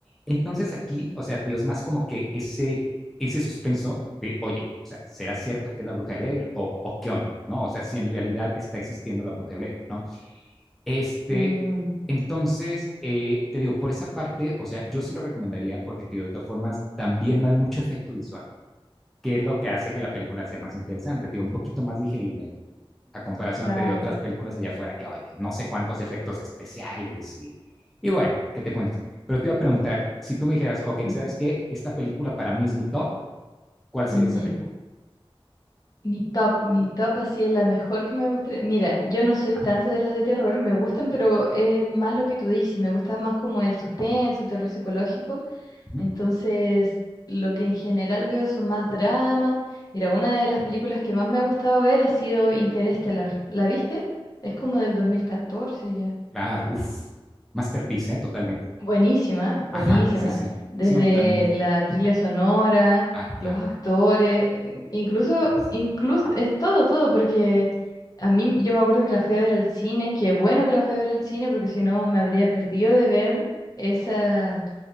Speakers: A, in the centre; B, on the left.
A: Entonces aquí, o sea, te digo, es más como que ese, ese suspenso de, oye, o sea, ¿será cierto que es la bruja de Blair o, o qué onda? ¿No? O sea, si en realidad está existiendo la bruja de Blair, ¿no? Este,
B: Mm,
A: entonces, eh, te digo, por esa parte, o sea, yo sí lo recomendaría porque, tío, de todas formas, también no hay mucho efecto visual, que es lo que hace que la película sea más interesante, tío, un poquito más digerible, a comparación,
B: Claro.
A: te digo, otras películas allá afuera que, oye, no sé cuántos efectos especiales y, y bueno, ¿qué te cuento? Pero te iba a preguntar, si tú me dijeras, ok,
B: ujú,
A: ¿sabes qué? Esta película para mí es mi top, ¿cuál sería
B: ujú.
A: esa película?
B: Mi top, mi top así es la mejor que me gustaría. Mira, yo no soy tanto
A: Ajá,
B: de las de terror, me gustan, pero es más lo que tú dices, me gusta más como el suspenso, terror psicológico.
A: ujú,
B: Entonces, lo que en general veo son más dramas. Mira, una de las películas que más me ha gustado ver ha sido Interestelar. ¿La viste? Es como del 2014 ya.
A: Claro, uff, masterpiece, ¿eh? Totalmente.
B: Buenísima, buenísima.
A: Ajá, sí, sí,
B: Desde
A: sí, no, totalmente.
B: la trilla sonora,
A: Claro,
B: los
A: claro.
B: actores, eh, incluso,
A: Uf,
B: incluso
A: ajá,
B: es todo, todo, porque a mí yo me acuerdo que la fui a ver al cine, que bueno que la fui a ver al cine, porque si no me habría perdido de ver esa